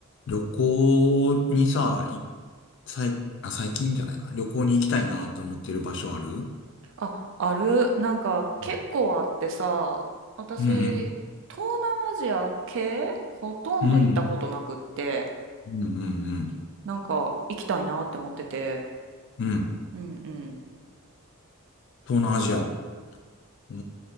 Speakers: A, on the left; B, on the right.
A: 旅行にさ、い、最、あ、最近じゃないか。旅行に行きたいなと思ってる場所あるう
B: あ、ある。なんか結構あってさ、
A: ん
B: 私、
A: うん
B: 東南アジア系ほとんど行ったことなくって、
A: うん。うんうんうん
B: なんか行きたいなって思ってて。
A: うん。うん。
B: うんうん。
A: 東南アジア。うー